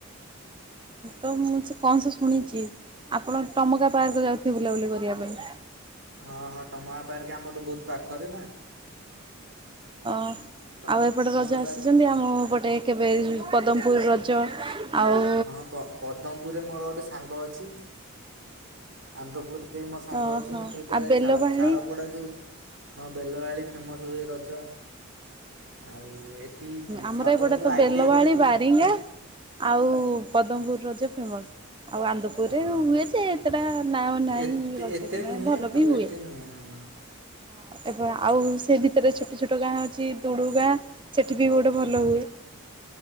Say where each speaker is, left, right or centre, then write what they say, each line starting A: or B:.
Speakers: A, on the right (about 25°); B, on the right (about 60°).
A: ତ ମୁଁ ସେ କଣ ସେ ଶୁଣିଚି ଆପଣ ଟମକା ପାର୍କ ଯାଉଥିବେ ବୁଲାବୁଲି କରିବା ପାଇଁ।
B: ହଁ ହଁ ଟମାକା ପାର୍କ ଆମଠୁ ବହୁତ ପାଖରେ ନା।
A: ଅ
B: ଟ
A: ଆଉ ଏପଟେ
B: ଟମା
A: ରଜ ଆସୁଚନ୍ତି
B: ପାର୍କ
A: ଆମ ପଟେ? ଏବେ ପଦମ୍ ପୁର ରଜ ଆଉ
B: ହଁ ପଦମ୍ ପୁରରେ ମୋର ଗୋଟେ ସାଙ୍ଗ ଅଚି ଆନ୍ଦପୁର ଯିଏ ମୋ ସାଙ୍ଗ
A: ଓହୋ
B: ଅଛି ମୁଁ ଯେତବେଳେ
A: ଆଉ ବେଲବାହାଳି
B: ଶାଳ ଶାଳ ପଡା ଯୋଉ ହଁ ବେଲବାଳି ଫେମସ୍ ହୁଏ ରଜ ଆଉ ଏଠି
A: ଆମର
B: ଶାଳପଡ଼ା
A: ଏପଟେ
B: ଯୋଉ
A: ତ
B: I
A: Belbahali
B: T I college
A: ବାରିଙ୍ଗା
B: ନା
A: ଆଉ ପଦମ୍ ପୁର ରଜ ଫେମସ୍। ଆଉ ଆନ୍ଦପୁରରେ
B: ହଁ
A: ହୁଏ ଯେ ଏତେଟା ନାଓ ନାଇଁ
B: ଏତେ
A: ରଜ
B: ଏତେ
A: ନାହି
B: ନୁହେଁ
A: ଭଲ ବି
B: ଆଉ
A: ହୁଏ।
B: ଏତେ ନୁହେଁ
A: ହଁ
B: ହଁ
A: ଏବେ ଆଉ ସେ ବିତରେ ଛୋଟ ଛୋଟ ଗାଁ ଅ ଅଛି ଦୁଡ଼ୁଗା ସେଠି ବି ଗୋଟେ ଭଲ ହୁଏ।